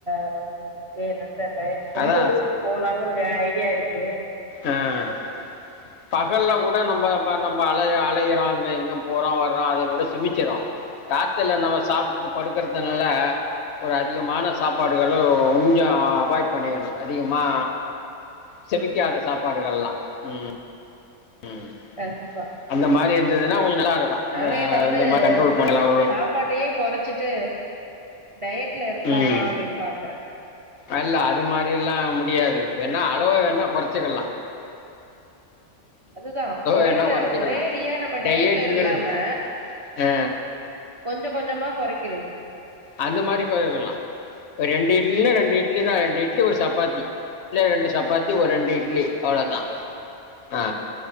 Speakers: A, on the right (about 45°); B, on the left (about 70°).
A: அளவுக்கு இருக்கு என்னன் தெர்ல சொந்த
B: அதா
A: ஊருக்கு போலான்னு ஒரு ஐடியா இருக் கு
B: ஆஹ் பகல்ல கூட நம்ப பா நம்பா அழயி அழையிறோ எங்யு போறோ வர்றோ அத உட செமிக்கிறோ ராத்திர்ல நம்ம சாப்ட்டுட்டு படுக்கற்தனால ஒரு அதிகமான சாப்பாடுகளு கொஞ்சோ அவாய்ட் பண்ணிரணு அதிகமா செமிக்காத சாப்பாடுகள்லா உம் உம்
A: கண்டிப்பா
B: அந்த மாரி இருந்துதுனா கொஞ்சு நல்லா இருக்கும்
A: நானே
B: இந்த
A: வந்து
B: இந்த மாதிரி கண்ட்ரோல் பண்ணலாம் ஒரு
A: சாப்பாட்டையே கொறச்சிட்டு டயட்ல இருக்கலாமா
B: ம்
A: அப்டின் பாக்கறேன்
B: அல்ல அது மா ரிலாம் முடியாது வேணா அளவ வேன கொறச்சிக்கலா
A: அதுதா ஒரே
B: வேணா
A: இத
B: குறைச்சிக்கலாம்
A: ஒரேடியா நம்ம டயட்ல
B: டயட்டுங்கிறது
A: இல்லாம
B: ஆ,
A: கொஞ்ச கொஞ்சமா கொறைக்கிறது
B: அந்த மாரி கொறைக்கலா ஒரு ரெண்டிட் இட்லி ரெண்டு இட்லிதா ரெண்டு இட்லி ஒரு சப்பாத்தி இல்ல ரெண்டு சப்பாத்தி ஒரு ரெண்டு இட் இட்லி அவ்ளோதா ஆ